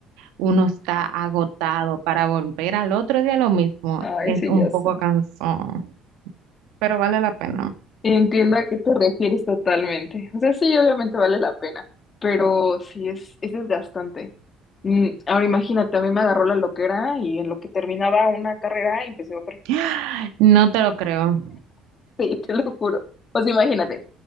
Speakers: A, on the right (about 80°); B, on the left (about 35°).
A: uno está agotado para volver al otro día lo mismo,
B: ay,
A: es
B: sí,
A: un
B: ya
A: poco
B: sé.
A: cansón, pero vale la pena.
B: Entiendo a qué te refieres totalmente. O sea, sí, obviamente vale la pena, pero sí es, es desgastante. Mm, ahora imagínate, a mí me agarró la loquera y en lo que terminaba una carrera empecé otra.
A: <gasps>
B: <laughs>
A: No te lo creo.
B: Sí, te lo juro. O sea, imagínate,